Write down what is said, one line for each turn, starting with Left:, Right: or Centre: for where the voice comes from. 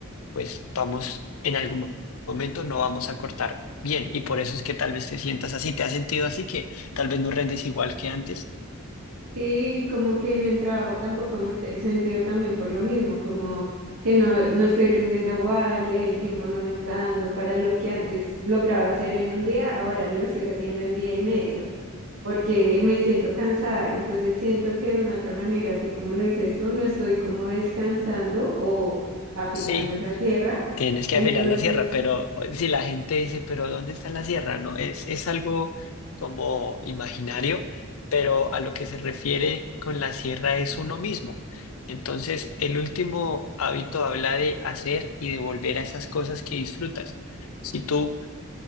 Left: pues vamos, en algún momento no vamos a cortar bien. Y por eso es que tal vez te sientas así, te has sentido así que tal vez no rendes igual que antes.
Right: Sí, como que en el trabajo tampoco me te- he sentido también por lo mismo, como que no, no estoy rindiendo igual, el tiempo no me está dando para lo que antes lograba hacer en un día, ahora lo estoy haciendo en día y medio, porque me siento cansada, entonces siento que de una otra manera, así como lo dices tú, no estoy como descansando o afilando
Left: Sí,
Right: esa tierra,
Left: Tienes
Right: entonces...
Left: que afilar la sierra, pero eh, si la gente dice, pero ¿dónde está la sierra? No, es, es algo como imaginario, pero a lo que se refiere con la sierra es uno mismo. Entonces, el último hábito habla de hacer y de volver a esas cosas que disfrutas. Si tú